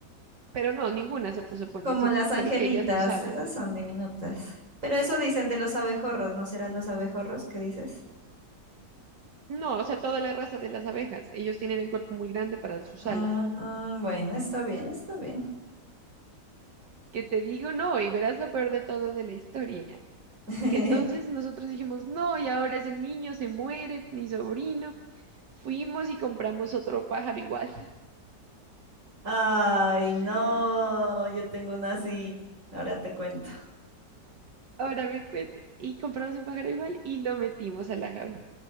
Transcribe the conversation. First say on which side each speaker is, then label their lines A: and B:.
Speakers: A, on the right; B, on the right.
A: Pero no, ninguna se pu- supone
B: Como
A: así,
B: las angelitas,
A: solo que ellas no saben.
B: esas son diminutas. Pero eso dicen de los abejorros, ¿no serán los abejorros que dices?
A: No, o sea, toda la raza de las abejas, ellos tienen el cuerpo muy grande para sus
B: Mm,
A: alas.
B: bueno, está bien, está bien.
A: que te digo no, y verás lo peor de todo de la historia,
B: <laughs>
A: que entonces nosotros dijimos no, y ahora ese niño se muere, mi sobrino, fuimos y compramos otro pájaro igual,
B: Ay,
A: <laughs>
B: no, yo tengo una así. Ahora te cuento.
A: ahora me cuentas, y compramos un pájaro igual y lo metimos a la jaula.